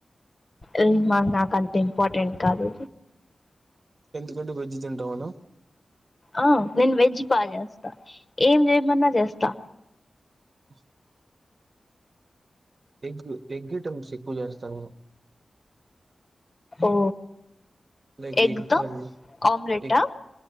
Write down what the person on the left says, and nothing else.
ఏం మర్ నాకంత ఇంపార్టెంట్ కాదు
ఆ నేను వెజ్ బా చేస్తా ఏం చేయమన్న చేస్తా
ఓ
ఎగ్తో
ఆమ్లేటా